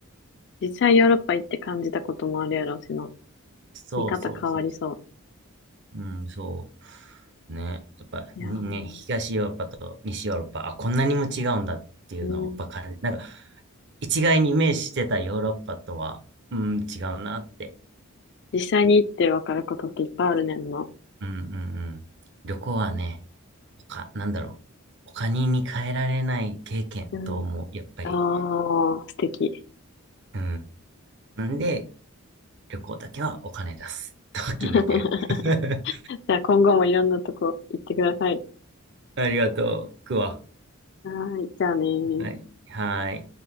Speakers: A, on the left (about 50°); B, on the right (about 50°).
A: 実際ヨーロッパ行って感じたこともあるやろうしの。
B: そうそうそうそ
A: 見方変わりそ
B: う。うん、そう。ね。やっぱ、
A: う。いやー、
B: にね、東ヨーロッパと西ヨーロッパ、あ、こんなにも違うんだっていうのをやっぱ感じ、
A: うん。
B: なんか、一概にイメージしてたヨーロッパとは、うん、違うなって。
A: 実際に行ってわかることっていっぱいあるねんの。
B: うんうんうん。旅行はね、他、なんだろう。他にに変えられない経験と思う、
A: うん。
B: やっぱり。
A: あー、素敵。
B: うん。なんで、旅行だけはお金出す。と決めてる。
A: <laughs>
B: <laughs>
A: じゃあ今後もいろんなとこ行ってください。
B: ありがとう。くわ。
A: はーい、じゃあねー。
B: はい。はーい。